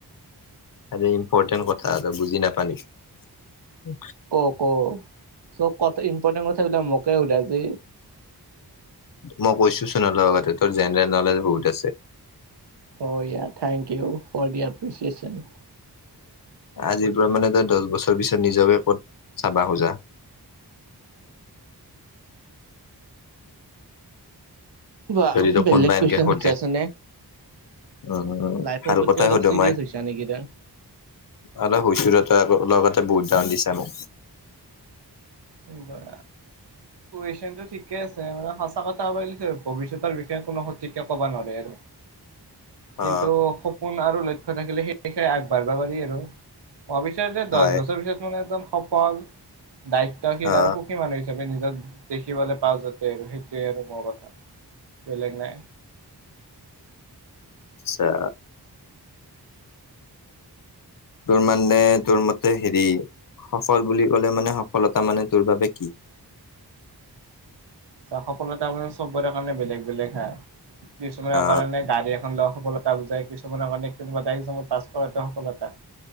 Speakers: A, on the left; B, on the right.
A: আৰে ইম্পৰ্টেণ্ট কথা এটা বুজি নাপালি? হু।
B: ক, ক, চব কথা ইম্পৰ্টেণ্ট কথা বিলাক মোকেই সুধা যে?
A: মই কৈছোঁ চোন, অলপ আগতে তোৰ জেনেৰেল নলেজ বহুত আছে।
B: অ ইয়া thank you for the appreciation.
A: আজিৰ পৰা মানে তই দচ বছৰ পিছত নিজকে ক'ত চাবা খোজা? <inaudible>
B: বাহ
A: যদি তোক
B: বেলেগ
A: কোনবায়
B: কুৱেশন
A: এনকে সুধে?
B: সুধছাচোন নে?
A: অ অ
B: লাইফৰ
A: ভাল
B: প্ৰতি
A: কথাই
B: অলপ
A: সুধো
B: চিৰিয়াছ
A: মই।
B: হৈছা নেকি তই?
A: অলপ হুচৰতা অলপ আগতে বহুত ডাউন দিছা মোক
B: উ', বা।
A: <inaudible>
B: কুৱেশনটো ঠিকেই আছে, মানে সঁচা কথা কবা গেলি থে ভৱিষ্যতৰ বিষয়ে কোনো সঠিকে ক'বা নোৱাৰে আৰু।
A: অ
B: কিন্তু সপোন আৰু লক্ষ্য থাকিলে, সেইবিষয়ে আগবাঢ়বা পাৰি আৰু। অৱশ্যে যে
A: হয়
B: দছ বছৰৰ পিছত মানে একদম সফল দায়িত্বশীল
A: অ
B: আৰু সুখী মানু হি হিচাপে নিজক দেখিবলৈ পাওঁ যাতে, আৰু সেইটোৱে আৰু মৰ কথা। বেলেগ নাই।
A: ছা। তোৰ মানে তোৰ মতে হেৰি সফল বুলি ক'লে মানে, সফলতা মানে তোৰ বাবে কি?
B: সফলতা ভাবে চব্বৰে কাৰণে বেলেগ বেলেগ হা কিছুমানৰ
A: অ
B: কাৰণে গাড়ী এখন লোৱা সফলতা বুজাই, কিছুমানৰ কাৰণে কোনোবা এটা একজামত পাছ কৰাটো সফলতা।